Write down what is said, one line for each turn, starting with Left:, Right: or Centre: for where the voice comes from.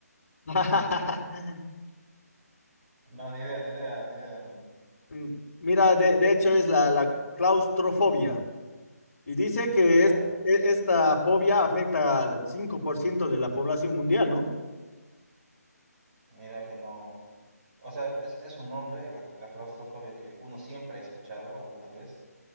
Left: <laughs>
Right: No, ni idea, ni idea, ni idea, amigo.
Left: Mm, Mira, de, de hecho es la, la claustrofobia y dice que
Right: Mira,
Left: es- e- esta fobia afecta al 5% de la población mundial, ¿no?
Right: mira que no. O sea, es, es un nombre, la, la claustrofobia que uno siempre ha escuchado alguna vez